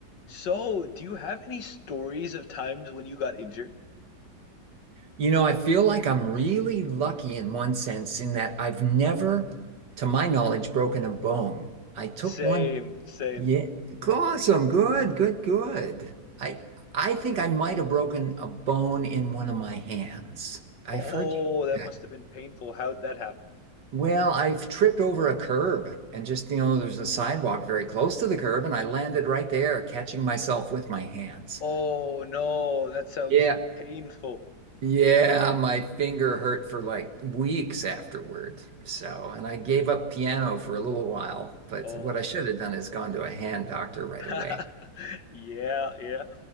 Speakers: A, on the left; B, on the right.
A: So, do you have any stories of times when you got injured?
B: You know, I feel like I'm really lucky in one sense in that I've never, to my knowledge, broken a bone. I took
A: Same,
B: one,
A: same.
B: yeah, awesome, good, good, good. I I think I might have broken a bone in one of my hands. I've
A: Oh,
B: heard you
A: that
B: do that.
A: must have been painful. How'd that happen?
B: Well, I've tripped over a curb and just, you know, there's a sidewalk very close to the curb and I landed right there, catching myself with my hands.
A: Oh no, that sounds
B: Yeah,
A: painful.
B: Yeah, my finger hurt for like weeks afterward. So, and I gave up piano for a little while, but
A: Oh
B: what I should have done is gone to a hand doctor right away.
A: no. <laughs> Yeah, yeah.